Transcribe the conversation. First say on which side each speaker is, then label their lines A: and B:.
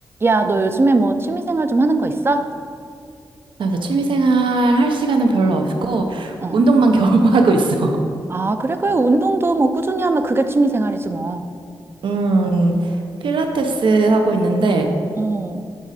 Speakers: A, on the right; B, on the right.
A: 야, 너 요즘에 뭐 취미생활 좀 하는 거 있어?
B: 그래서 취미생활 할 시간은 별로 없고
A: 어.
B: 운동만 <laughs> 겨우 하고 있어.
A: 아, 그래, 그래. 운동도 뭐 꾸준히 하면 그게 취미생활이지 뭐.
B: 음, 필라테스 하고 있는데
A: 어,